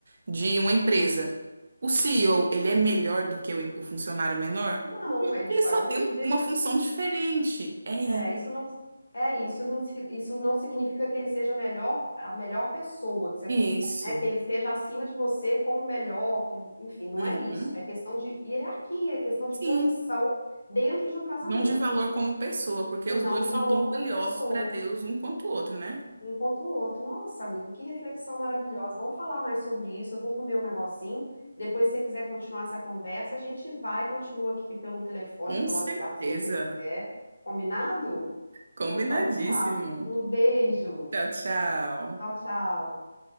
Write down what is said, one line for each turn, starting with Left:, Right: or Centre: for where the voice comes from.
Right: de uma empresa, o CEO, ele é melhor do que o, o funcionário menor?
Left: não, ele
Right: Ele
Left: só
Right: só
Left: é o
Right: tem
Left: líder.
Right: um- uma função diferente. É isso.
Left: É, isso não é isso, não signifi- isso não significa que ele seja a melhor, a melhor pessoa, que você,
Right: Isso.
Left: né, que ele esteja acima de você como melhor, como, enfim, não
Right: Uhum.
Left: é isso. É questão de hierarquia, é questão de
Right: Sim.
Left: posição dentro de um casamento
Right: Não de valor como pessoa, porque
Left: e
Right: os
Left: não
Right: dois
Left: de valor
Right: são tão
Left: como
Right: valiosos
Left: pessoa.
Right: para Deus um quanto o outro, né?
Left: enquanto o outro. Nossa, amiga, que reflexão maravilhosa. Vamos falar mais sobre isso. Eu vou comer um negocinho. Depois, se você quiser continuar essa conversa, a gente vai, continua aqui pelo telefone,
Right: Com
Left: pelo
Right: certeza.
Left: WhatsApp, se você quiser. Combinado?
Right: Combinadíssimo.
Left: Então tá. Um beijo.
Right: Tchau, tchau.
Left: Tchau, tchau.